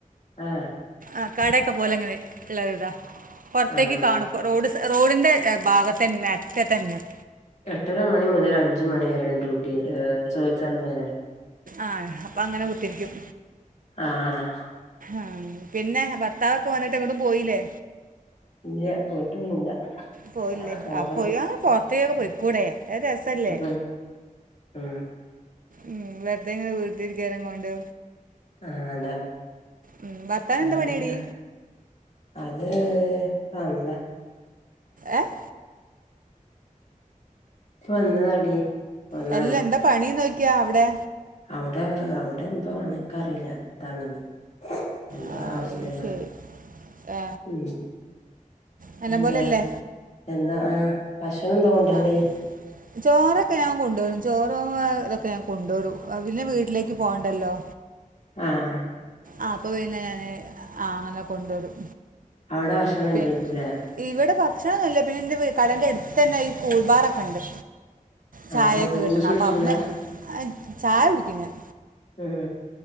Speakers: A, on the left; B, on the right.
A: ആഹ്
B: ആഹ് കടയൊക്കെ പോലങ്ങനെ ഉള്ളത്ടാ പുറത്തേക്ക്
A: ആഹ്
B: കാണും. റോഡ് സൈ റോഡിന്റെ ഭാഗത്ത് തന്നെ അറ്റ തന്നെയാ-
A: എട്ടര മണി മുതൽ അഞ്ചു മണി വരെയാണ് ഡ്യൂട്ടി ഹ്ഹഹ് ചോയ്ച്ചാൽ മേലെ
B: ആഹ് അപ്പ അങ്ങനെ കുത്തിരിക്കും.
A: ആഹ്
B: ആഹ് പിന്നെ ഭർത്താവൊക്കെ വന്നിട്ട് എങ്ങട്ടും പോയില്ലേ?
A: ഇല്ല്യാ പോയിട്ടൊന്നും ഇല്ല.
B: പോയില്ലേ
A: പോകണം
B: ആ പോയി അങ് പുറത്തേക പോയിക്കൂടെഒരു രസല്ലേ
A: ഉം ഉം
B: ഉം വെറുതെയിങ് വീട്ടിരിക്കാന കൊണ്ട്.
A: ആഹ് അതാ
B: ഉം, ഭർത്താവിന്
A: വേറെന്താ?
B: എന്താ പണിയടി
A: അത് അള്ളാഹ്.
B: ഏഹ്
A: ഇപ്പ വന്നതാടി വന്നാണ്
B: അ ല്ലാ എന്താ പണി നോക്കിയാ അവിടെ?
A: അവിടെ അവിടെ എന്തോ ആണ് എനിക്കറിയില്ല എന്താണെന്ന് എന്ത
B: ആ,
A: അവസ്ഥയാ പറ
B: ശരി ഏ,
A: ഉം
B: നല്ല
A: എന്താ
B: പോലെ അല്ലേ
A: എന്താ ആഹ ഭക്ഷണം എന്താ കൊണ്ടുവരല്
B: ആ ചോറൊക്കെ ഞാൻ കൊണ്ടുവരും ചോറും ആഹ് ഇതൊക്കെ ഞാൻ കൊണ്ടുവരും പിന്നെ വീട്ടിലേക്ക് പോകണ്ടല്ലോ
A: ആഹ്
B: ആഹ അപ്പൊ പിന്നെ ഞാന് ആഹ അങ്ങനെ കൊണ്ടുവരും
A: അവിടെ ഭക്ഷണംല്ലേക്കൂല
B: പിന്നെ ഇവിടെ ഭക്ഷണ ഒന്നുമല്ല പിന്നെന്റെ കടന്റെ അടുത്ത് തന്നെ ഈ കൂൾബാറൊക്കെ ഉണ്ട്
A: ആ
B: ചായ
A: അപ്പൊ
B: ഒക്കെ കിട്ടന്ന്
A: ജ്യൂസ് കുടിച്ചൂല
B: അപ്പൊ അവിടുന്ന് ചായ കുടിക്കും ഞാൻ
A: ഉം